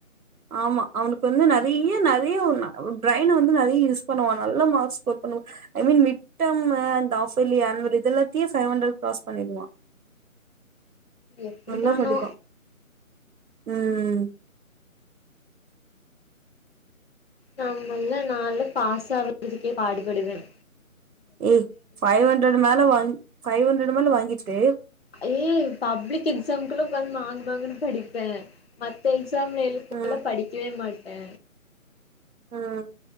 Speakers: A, on the right; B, on the left.
A: ஆமா அவனுக்கு வந்து நெறய்ய நெறய ஒரு நா பிரைன்ன வந்து நெறய யூஸ் பண்ணுவான் நல்ல மார்க்ஸ் ஸ்கோர் பண்ணு ஐ மின் மிட்ட மு ஆஃபலி ஆன்வல் இதெல்லத்தயும் பைவ் ஹண்ட்ரட் கிராஸ் பண்ணிடுவான்
B: எப்டிதானோ
A: நல்லா படிப்பான் உம்
B: நம்மல்ல நால்ல பாஸ் ஆவுறதுக்கே பாடுபடுவன்
A: ஏய் ஃபைவ் ஹண்ட்ர் மேல வா ஃபைவ் ஹண்டரட் மேல வாங்கிட்டே
B: ஏய் பப்ளிக் எக்ஸாம்குள்ளா உக்காந்து மாங்கு மாங்குனு படிப்பே மத்த எக்ஸாம்ல எழுத்தலாம்
A: ம்
B: படிக்கவே மாட்ட
A: ம்